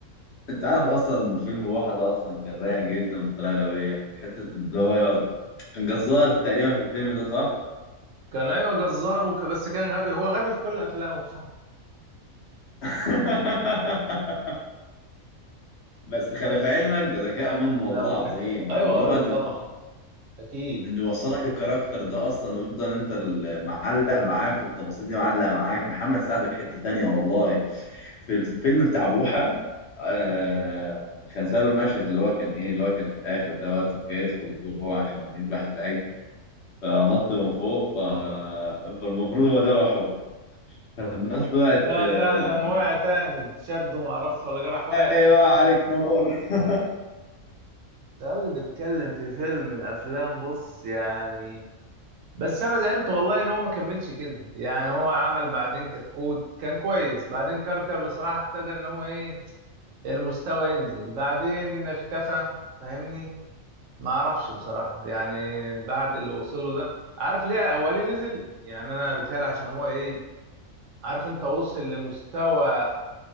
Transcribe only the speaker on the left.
انت عارف اصلا فيلم بوحة ده اصلا كان رايق جدا بطريقه غبيه حته اللي هو يقعد كان جزار تقريبا في الفيلم ده صح
<laughs> بس خلي
في علمك
ده ذكاء منه
والله العظيم
يعني
اللي
هو اللي-
انه يوصلك الكاركتر ده اصلا ويفضل انت اللي معلق معاك والتفاصيل دي معلقه معاك محمد سعد في حته تانية والله في الفيلم بتاع بوحة آه مش هنساله المشهد اللي هو كان ايه اللي هو كان في الاخر ده وقت ما جاي يدخل جوه عشان يذبح العجل فنط من فوق ف... فالمفروض هو ذبحه فالناس طلعت
آه،
ف...
ايوه عليك نور <laughs>